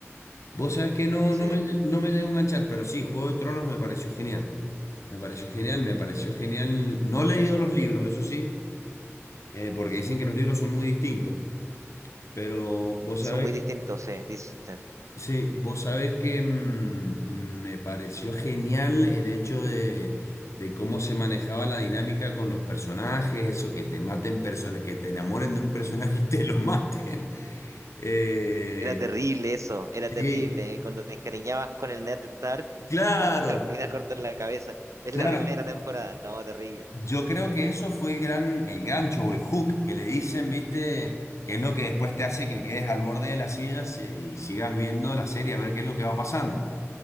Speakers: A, on the left; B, on the right.
A: Vos sabés que no,
B: Sí.
A: no me, no me llegó a enganchar, pero sí, Juego de Tronos me pareció genial. Me pareció genial, me pareció genial. No he leído los libros, eso sí, eh, porque dicen que los libros son muy distintos. Pero vos
B: Son
A: sabés,
B: muy distintos, sí, dicen.
A: sí, vos sabés que mm, me pareció genial el hecho de, de cómo se manejaba la dinámica con los personajes, eso, que te maten personas, que te enamoren de un personaje y te lo maten. <laughs> Eh,
B: Era terrible eso, era
A: sí,
B: terrible. eh, Cuando te encariñabas con el Ned Stark,
A: claro,
B: <laughs> al final cortan la cabeza. Es
A: claro.
B: la primera temporada. No, terrible.
A: Yo creo
B: Sí.
A: que eso fue el gran, el gancho o el hook que le dicen, ¿viste? Que es lo que después te hace que quedes al borde de la silla si- y sigas viendo la serie a ver qué es lo que va pasando.